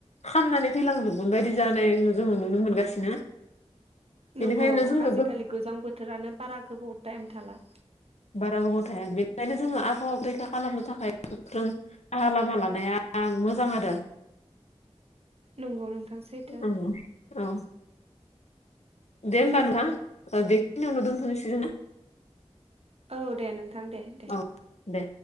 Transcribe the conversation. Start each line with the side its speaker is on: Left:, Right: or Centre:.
Left: खाननानै थैलांजोबगोन बायदि जानायखौ जोङो नुनो मोनगासिनो बेनिखायनो
Right: नंगौ
Left: जोंनो
Right: आजिखालि गोजां बोथोरानो बारा गोबाव टाइम थाला
Left: बारा गोबाव थाया बेनिखायनो जोङो आबहावा रैखा खालामनो थाखाय गोख्रों राहा लामा लानाया मोजां आरो
Right: नंगौ नोंथां सैथो
Left: औ औ दे होमबा नोंथां ओ बेखिनिआवनो दोनथ'नोसै जों ना
Right: औ दे नोंथां दे दे
Left: औ दे